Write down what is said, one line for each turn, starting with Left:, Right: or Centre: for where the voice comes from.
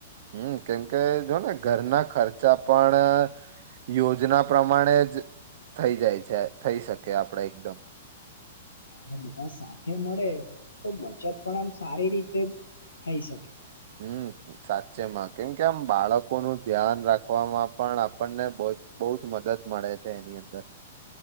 Right: હમ કેમકે જોને ઘરના ખર્ચા પણ યોજના પ્રમાણે જ થઈ જાય છે થઈ શકે આપડે એકદમ
Left: અને બધા સાથે મળે તો બચત પણ આમ સારી રીતે જ થઈ શકે
Right: હમ સાચેમાં કેમ કે આમ બાળકો નું ધ્યાન રાખવામાં પણ આપણને બ બહુ જ મદદ મળે છે એની અંદર